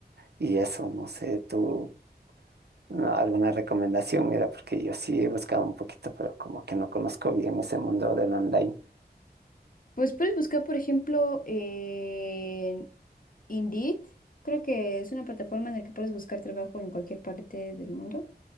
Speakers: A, on the right; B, on the left.
A: y, y eso, no sé, tú. No, alguna recomendación, mira, porque yo sí he buscado un poquito, pero como que no conozco bien ese mundo del online.
B: Pues puedes buscar, por ejemplo, en Indeed. Creo que es una plataforma en la que puedes buscar trabajo en cualquier parte del mundo.